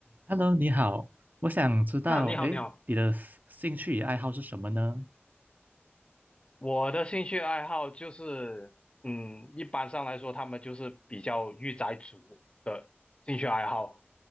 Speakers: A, on the right; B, on the left.
A: Hello，你好，我想知道，
B: 啊，你好，
A: 诶，
B: 你好。
A: 你的兴兴趣与爱好是什么呢？
B: 我的兴趣爱好就是，嗯，一般上来说，他们就是比较御宅族的兴趣爱好，